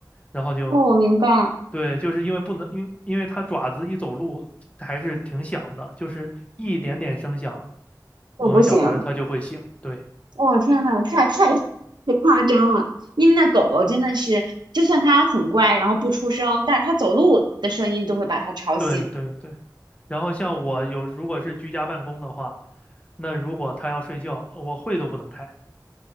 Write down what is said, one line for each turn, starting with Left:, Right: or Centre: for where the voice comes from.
Left: 然后就
Right: 哦，我明白，
Left: 对，就是因为不能因因为它爪子一走路还是挺响的，就是一点点声响，我们小孩儿他就会醒，
Right: 我不行，
Left: 对。
Right: 我、天呐，太太太夸张了，因为那狗狗真的是，就算它很乖，然后不出声，但是它走路的声音都会把它吵醒。
Left: 对对对，然后像我有，如果是居家办公的话，那如果他要睡觉，我会都不能开。